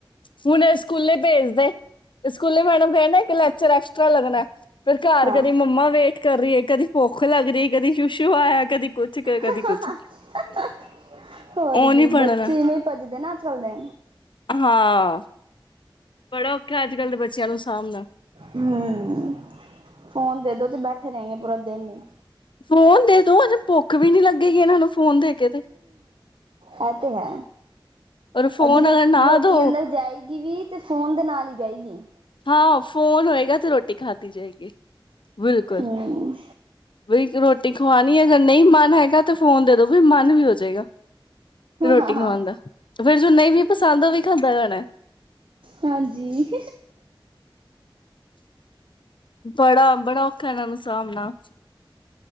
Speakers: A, on the left (about 65°); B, on the right (about 70°).
A: ਹੁਣ ਇਹ ਸਕੂਲੇ ਭੇਜਦੇ। ਸਕੂਲੇ ਮੈਡਮ ਕਹਿਣਾ ਇਕ ਲੈਕਚਰ ਐਕਸਟ੍ਰਾ ਉੱਚਾ ਲੱਗਣਾ ਫੇਰ ਘਰ
B: ਹਾਂ
A: ਕਦੀ ਮੰਮਾ ਵੇਟ ਕਰ ਰਹੀ ਹੈ ਕਦੀ ਭੁੱਖ ਲੱਗ ਰਹੀ ਕਦੀ ਸ਼ੂਸ਼ੂ ਹੋਇਆ ਕਦੀ ਕੁਛ
B: <unintelligible>
A: ਕਦੀ ਕੁਛ
B: ਹੋਰ
A: ਉਹ ਨੀ
B: ਕੀ
A: ਪੜ੍ਹਨਾ
B: ਬੱਚੇਵੇਂ ਭੱਜਦੇ ਨਾ ਅੱਜ ਕੱਲ ਦੇ
A: ਹਾਂ ਬੜਾ ਔਖਾ ਅੱਜ ਕੱਲ੍ਹ ਦੇ ਬੱਚਿਆਂ ਨੂੰ ਸਾਂਭਣਾ
B: ਹਮ ਫੋਨ ਦੇ ਦੋ ਤੇ ਬੈਠੇ ਰਹਿਗੇ ਪੂਰਾ ਦਿਨ ਹੀ
A: ਫੋਨ ਦੇ ਤੋ ਅਜੇ ਭੁੱਖ ਵੀ ਨੀ ਲੱਗੇਗੀ ਇਹਨਾਂ ਨੂੰ ਫੋਨ ਦੇ ਕੇ ਤੇ
B: ਹੈ ਤੇ ਹੈ
A: ਔਰ ਫੋਨ
B: ਅਜੇ
A: ਅਗਰ ਨਾ
B: ਰੋਟੀ
A: ਦੋ
B: ਅੰਦਰ ਜਾਈ ਗੀ ਵੀ ਤੇ ਫੋਨ ਦੇ ਨਾਲ ਹੀ ਜਾਏਗੀ।
A: ਹਾਂ ਫੋਨ ਹੋਏਗਾ ਤੇ ਰੋਟੀ ਖਾਧ ਜਾਏਗੀ ਬਿਲਕੁਲ
B: ਹਮ
A: ਵੀ ਰੋਟੀ ਖਵਾਣੀ ਅਗਰ ਨਹੀਂ ਮਨ ਹੈਗਾ ਤੇ ਫੋਨ ਦੇ ਦੋ ਵੀ ਮਨ ਵੀ ਹੋ ਜਾਏਗਾ ਰੋਟੀ
B: ਹਾਂ ਹਾਂ
A: ਖਵਾਉਣ ਦਾ ਫੇਰ ਜੋ ਨਹੀਂ ਵੀ ਪਸੰਦ ਹੋ ਵੀ ਖਾਂਦਾ ਜਾਣਾ।
B: ਹਾਂਜੀ
A: ਬੜਾ ਬੜਾ ਔਖਾ ਇਹਨਾਂ ਨੂੰ ਸਾਹਮਣਾ